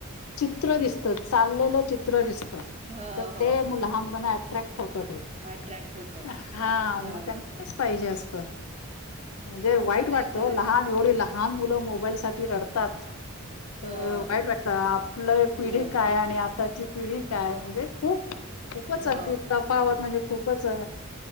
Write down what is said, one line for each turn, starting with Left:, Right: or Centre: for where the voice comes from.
Left: चित्र दिसत चाललेलं चित्र दिसत
Right: हो
Left: तर
Right: हो
Left: ते मुल ह मुलांना अट्रॅक्ट होत ते
Right: अट्रॅक्ट होत
Left: हा मग
Right: बरोबर
Left: त्यांनाच पाहिजे असत म्हणजे वाई वाट
Right: खरंय खरंय
Left: ल एव ल तात वाई
Right: हो
Left: वाटत आपलं पिढी
Right: ह
Left: काय आणि आ ी काय म्हणजे खूप खूपच
Right: हो
Left: अगदी तफावत म्हणजे खूपच अ